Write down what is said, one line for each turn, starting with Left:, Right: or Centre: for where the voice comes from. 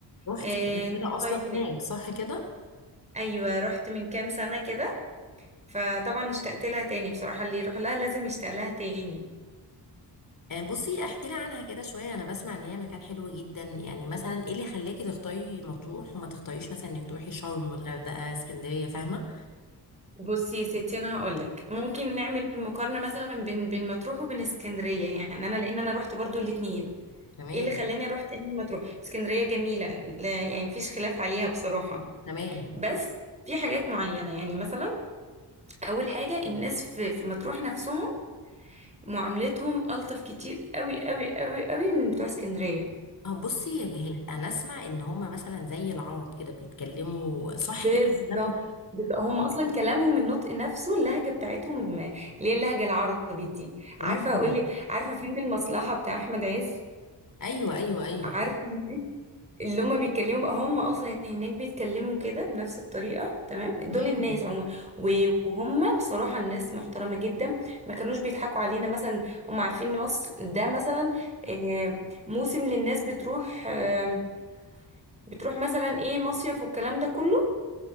Left: روحتي
Right: آه،
Left: قبل كده اصلا
Right: نصيف
Left: هناك
Right: هناك
Left: صح كده؟
Right: ايوه رحت من كام سنة كده فطبعا اشتقت لها تاني بصراحة اللي يروح لها لازم يشتاق لها تاني
Left: آه، بصي احكي لي عنها كده شوية انا بسمع ان هي مكان حلو جدا يعني مثلا ايه اللي خلاكي تختاري مطروح وما تختاريش مثلا انك تروحي شرم الغردقة اسكندرية فاهمة؟
Right: بصي يا ستي انا هقولك ممكن نعمل مقارنة مثلا بين بين مطروح وبين اسكندرية يعني انا لان انا رحت برضو الاتنين
Left: تمام
Right: ايه اللي خلاني اروح تاني مطروح اسكندرية جميلة لا يعني مفيش خلاف عليها بصراحة
Left: تمام
Right: بس في حاجات معينة يعني مثلا اول حاجه الناس في في مطروح نفسهم معاملتهم الطف كتير قوي قوي قوي قوي من بتوع اسكندريه
Left: أه بصي يا جهاد انا اسمع ان هما مثلا زي العرب كده بيتكلموا صح
Right: بالظبط
Left: كده الكلام ده
Right: بالظبط. هم اصلا كلامهم النطق نفسه اللهجه بتاعتهم اللي هي اللهجه العربي دي عارفه
Left: مم.
Right: اقول لك عارفه فيلم المصلحه بتاع احمد عز
Left: ايوه ايوه ايوه
Right: عارفه اللي هما بيتكلموا بقى هما اصلا هناك بيتكلموا كده بنفس الطريقه تمام
Left: مم.
Right: دول الناس عموما و- وهما بصراحه الناس محترمه جدا ما كانوش بيضحكوا علينا مثلا هما عارفين ان مصر ده مثلا آه، موسم للناس بتروح آه، بتروح مثلا ايه مصيف والكلام ده كله